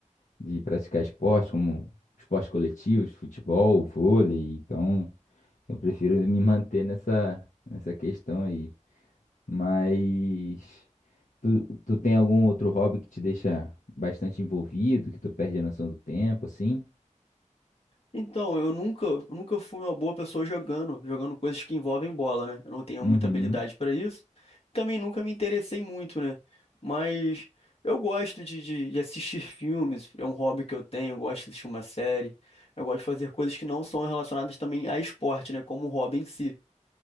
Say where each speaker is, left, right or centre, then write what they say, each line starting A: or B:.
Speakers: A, on the left (about 70°); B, on the left (about 50°).
A: de praticar esporte, como esportes coletivos, futebol, vôlei. Então, eu prefiro me <laughs> manter nessa, nessa questão aí. Mas tu, tu tem algum outro hobby que te deixa bastante envolvido, que tu perde a noção do tempo, assim?
B: Então, eu nunca, eu nunca fui uma boa pessoa jogando, jogando coisas que envolvem bola, né? Eu não tenho
A: Uhum,
B: muita habilidade para isso. Também nunca me interessei muito, né? Mas eu gosto de, de, de assistir <laughs> filmes, é um hobby que eu tenho, eu gosto de assistir uma série. Eu gosto de fazer coisas que não são relacionadas também a esporte, né? Como o hobby em si.